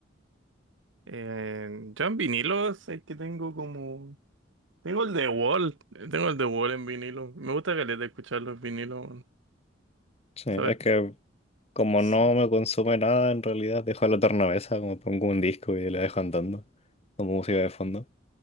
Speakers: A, on the right; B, on the left.
A: Eh, yo en vinilos es que tengo como... Tengo el de Wall, eh, tengo el de Wall en vinilo. Me gusta caleta escuchar los vinilos, weón.
B: sí,
A: ¿sabes?
B: es que como
A: S-
B: no me consume nada, en realidad dejo la tornavesa, como pongo un disco y la dejo andando como música de fondo.